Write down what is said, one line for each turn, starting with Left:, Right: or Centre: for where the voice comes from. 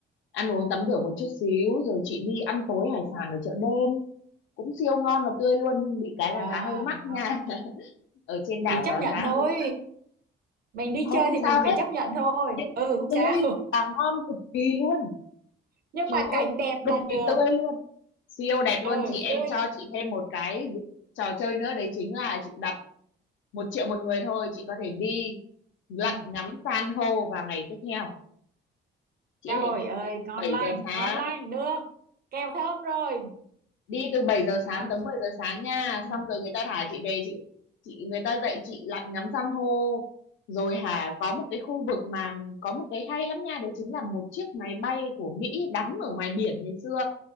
Left: ăn uống tắm rửa một chút xíu rồi chị đi ăn tối hải sản ở chợ đêm cũng siêu ngon và tươi luôn nhưng bị cái
Right: à,
Left: là giá hơi mắc nha
Right: đó.
Left: <laughs> ở trên đảo
Right: thì chấp
Left: đó
Right: nhận
Left: giá
Right: thôi
Left: hơi mắc.
Right: mình đi
Left: Ờ,
Right: chơi
Left: không
Right: thì mình
Left: sao
Right: phải
Left: hết
Right: chấp nhận thôi
Left: nhưng
Right: ừ không
Left: tươi
Right: sao
Left: và ngon cực kỳ luôn
Right: nhưng
Left: Trời
Right: mà cảnh
Left: ơi,
Right: đẹp
Left: cực
Right: là được
Left: kỳ tươi luôn. Siêu đẹp luôn
Right: ừ
Left: chị, em
Right: tươi
Left: cho chị thêm một cái trò chơi nữa đấy chính là chị đặt một triệu một người thôi, chị có thể đi lặn
Right: ừ.
Left: ngắm san hô vào ngày tiếp theo. Chị
Right: trời
Left: có thể đi
Right: ơi
Left: từ
Right: ngon
Left: 7
Right: lành
Left: giờ sáng,
Right: ngon lành được kèo thơm rồi
Left: đi từ 7 giờ
Right: ngon
Left: sáng tới 10 giờ sáng nha,
Right: ừ.
Left: xong rồi người ta thả chị về chị chị người ta dạy chị lặn ngắm san hô. Rồi hả, có một cái khu vực mà có một cái hay lắm nha, đấy chính là một chiếc máy bay của Mỹ đắm ở ngoài biển ngày xưa